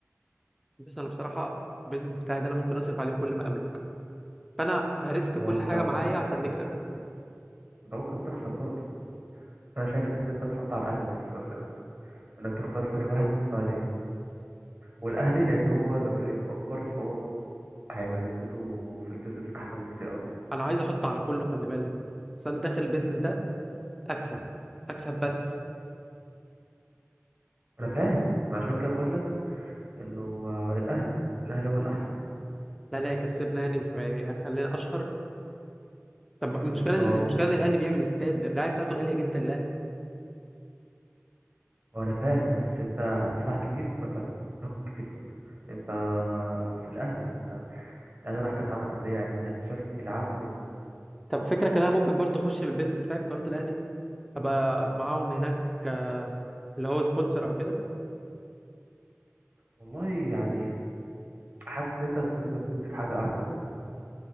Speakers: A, in the centre; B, on the right (about 40°).
A: بس انا بصراحه البيزنس بتاعي ده انا ممكن اصرف عليه كل ما املك فانا هريسك كل
B: ما هو أنت
A: حاجه معايا
B: ممكن
A: عشان
B: تخسر
A: نكسب
B: أنت ممكن تخسر برضه أنا شايف إن أنت تحط على الأهلي بس مثلا إنك تختار فريق واحد تحط عليه والأهلي لأن هو جماهيريته أكبر فهو هيبقى نسبته في البيزنس أحسن بكتير أوي
A: انا عايز احط على كله خلي بالك بس انا داخل البيزنس ده اكسب اكسب بس
B: أنا فاهم ما عشان كده بقول لك إنه آه، الأهلي الأهلي هو الأحسن
A: لا لا كسبنا يعني ف- خلينا اشهر طب المشكله
B: بالظبط
A: إن- المشكله ان الاهلي بيعمل استاد الرعايه بتاعته غاليه جدا الاهلي
B: وأنا فاهم بس أنت هتدفع كتير بس هتاخد كتير برضه أنت في الأهلي الاهلي راح كاس عالم انديه يعني انت هتشوف في العالم كله
A: طب فكرة كان انا ممكن برضه اخش بالبيزنس بتاعي في قناه الاهلي ابقى معاهم هناك آه، اللي هو سبونسر او كده
B: والله يعني حاسس ان انت تستثمر الفلوس دي في حاجه احسن